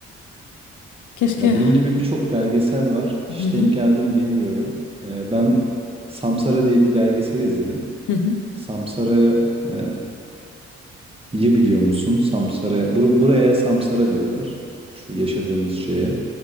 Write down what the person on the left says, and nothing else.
Keşke.
Hı hı.
Hı hı.